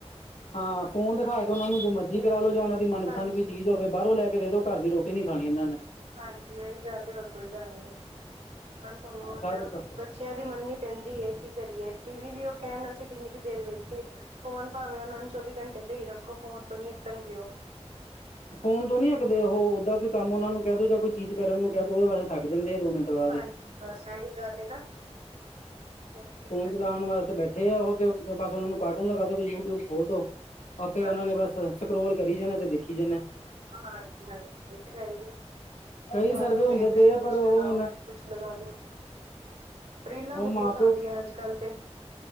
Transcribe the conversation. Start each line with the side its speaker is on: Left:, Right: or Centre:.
Left: ਹਾਂ ਫੋਨ ਦਿਖਾ ਕੇ ਉਹਨਾ ਨੂੰ ਜੋ ਮਰਜ਼ੀ ਕਰਾ ਲਓ ਜਾਂ ਉਹਨਾਂ ਦੀ ਮਨਪਸੰਦ
Right: ਹਾਂਜੀ
Left: ਕੋਈ ਚੀਜ਼ ਹੋਵੇ। ਬਾਹਰੋਂ ਲੈ ਕੇ ਦੇ ਦੋ ਘਰ ਦੀ ਰੋਟੀ ਨੀ ਖਾਣੀ ਇਹਨਾਂ ਨੇ।
Right: ਹਾਂਜੀ ਇਹੀ ਗੱਲ ਹੋਰ ਕੋਈ ਗੱਲ ਨੀ ਬਸ ਉਹ
Left: ਸਾਰੇ
Right: ਨਾ
Left: ਪਾਸੇ
Right: ਬੱਚਿਆਂ ਦੀ ਮੰਨ ਨੀ ਪੈਂਦੀ ਹੈ ਕੀ ਕਰੀਏ ਟੀ ਵੀ ਵੀ ਉਹ ਕਹਿਣ ਅਸੀਂ ਕਿੰਨੀ ਕੁ ਦੇਰ ਵੇਖੀਏ। ਫੋਨ ਭਾਵੇਂ ਉਹਨਾ ਨੂੰ ਚੌਵੀ ਘੰਟੇ ਤੇ ਹੀ ਰੱਖੋ ਫੋਨ ਤੋਂ ਨੀ ਅੱਕਣਗੇ ਉਹ।
Left: ਫੋਨ ਤੋਂ ਨਹੀਂ ਅਕਦੇ ਉਹ ਓਦਾਂ ਕੋਈ ਕੰਮ ਉਹਨਾਂ ਨੂੰ ਕਹਿ ਦੋ ਜਾਂ ਕੋਈ ਚੀਜ਼ ਕਰਨ ਨੂੰ ਕਹਿ ਦੋ ਉਹਦੇ ਵਾਸਤੇ ਥੱਕ ਜਾਂਦੇ ਦੋ ਮਿੰਟ। ਬਾਅਦ
Right: ਹਾਂਜੀ
Left: ਹੀ
Right: ਬਸ ਇਨੀ ਗੱਲ ਨਾ ਇਹੀ ਦਿੱਕਤ
Left: ਫੋਨ ਚਲਾਉਣ
Right: ਹੈ
Left: ਵਾਸਤੇ ਬੈਠੇ ਆ ਉਹ ਤੇ ਬਸ ਉਹਨਾ ਨੂੰ ਕਾਰਟੂਨ ਲਗਾ ਦੋ ਤੇ ਯੂਟਿਊਬ ਖੋਲ ਦੋ। ਆਪੇ
Right: ਹਾਂਜੀ
Left: ਉਹਨਾ ਨੇ ਬਸ ਸਕਰੋਲ ਕਰੀ ਜਾਣੇ ਤੇ ਦੇਖੀ ਜਾਂਣੇ।
Right: ਹਾਂਜੀ ਹਾਂਜੀ ਇਹ ਤੇ ਹੈ ਹੀ ਹੈ
Left: ਕਈ
Right: ਕਾਰਟਨ
Left: ਸਰਵੇ ਹੁੰਦੇ
Right: ਦੇੇਟ
Left: ਪਏ
Right: ਕਦੀ
Left: ਆ
Right: ਕੁੱਛ
Left: ਪਰ ਉਹ
Right: ਲਗਾਓ
Left: ਹੁਣ
Right: ਕਦੀ ਕੁਛ ਲਗਾ ਦੋ ਰੀਲਾਂ
Left: ਉਹ
Right: ਬਹੁਤ
Left: ਮਾਂ
Right: ਆਉਂਦੀਆਂ ਅੱਜ ਕੱਲ ਤੇ।